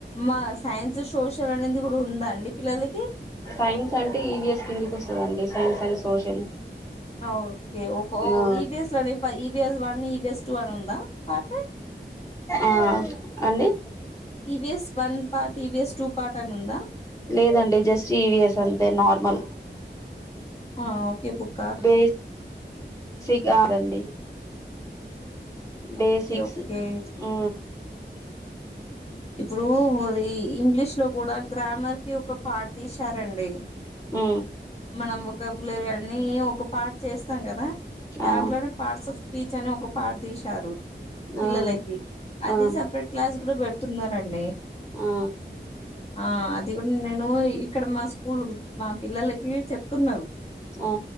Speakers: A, on the left (about 35°); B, on the left (about 15°).
A: మాస్ సైన్స్, సోషల్ అనింది కూడా ఉందా అండి పిల్లలకి.
B: సైన్స్ అంటే ఈవీఎస్ కిందికి వస్తదండి సైన్స్ అన్డ్ సోషల్.
A: ఆ ఓకే ఓకొ
B: ఆ
A: ఈవిఎస్ లోనె ఈవిఎస్ వన్ ఈవిఎస్ టూ అని ఉందా కాతే
B: ఆ అండి.
A: EVS one part, EVS two part అని ఉందా.
B: లేదండి జస్ట్ ఈవిఎస్ అంతే నార్మల్.
A: ఆ ఓకే బుక్
B: బే సిక్ కాదండి. బేసిక్స్
A: ఓకే ఓకే
B: ఆ.
A: ఇప్పుడు అది ఇంగ్లీష్ లో కూడా గ్రామర్ కి ఒక పార్ట్ తీశారండి.
B: హ్.
A: మనం వొకబ్లరి అని ఒక పార్ట్ చేస్తాం కదా. దాంట్లోనే
B: ఆ
A: పార్ట్స్ ఆఫ్ స్పీచ్ అని ఒక పార్ట్ తీశారు. పిల్లలకి
B: ఆ
A: అది
B: ఆ
A: సపరేట్ క్లాస్ కూడా పెడుతున్నారండి.
B: ఆ.
A: ఆ అది కూడా నేను ఇక్కడ మా స్కూల్ మా పిల్లలకి చెప్తున్నరు.
B: ఆ